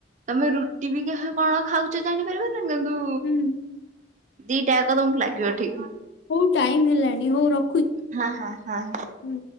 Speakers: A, on the right (about 40°); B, on the left (about 70°).
A: ତମେ ରୁଟି ବି କାହା କଣ ଖାଉଛ ଜାଣିପାରିବନି କିନ୍ତୁ?
B: ହୁଁ
A: ଦିଟାକ ତମକୁ ଲାଗିବ ଠିକ।
B: ହଉ ଟାଇମ ହେଲାଣି ହଉ ର
A: ହଁ ହଁ ହଁ ହ।
B: ହୁଁ।